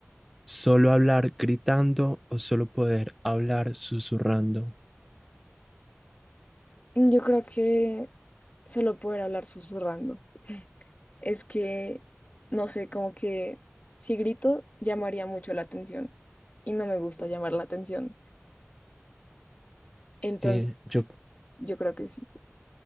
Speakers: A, in the centre; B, on the left.
A: Solo hablar gritando o solo poder hablar susurrando.
B: Yo creo que solo poder hablar susurrando. Es que, no sé, como que si grito, llamaría mucho la atención y no me gusta llamar la atención.
A: Sí,
B: Entonces,
A: yo,
B: yo creo que sí.